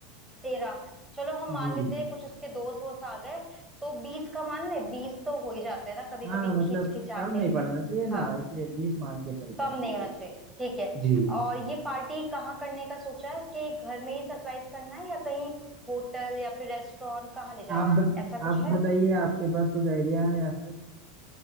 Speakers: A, in the centre; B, on the right.
A: तेरह चलो हम मान
B: जी
A: लेते हैं कुछ उसके दोस्त वोस्त आ गए तो बीस का मान ले बीस तो हो ही जाते हैं ना कभी
B: हाँ
A: कभी
B: मतलब
A: खिंच खिंचा
B: कम
A: के
B: नहीं पड़ना चाहिए ना
A: हाँ
B: इसलिए बीस मान के चलते
A: कम
B: हैं
A: नहीं
B: चलिए
A: होना चाहिए ठीक है
B: जी
A: और ये पार्टी कहाँ करने का सोचा है कि घर में ही सरप्राइज करना है या कहीं होटल या फिर रेस्टोरेंट कहाँ ले जाना
B: आप
A: है
B: बत,
A: ऐसा कुछ
B: आप
A: है
B: बताइए आपके पास कुछ आइडिया है या फिर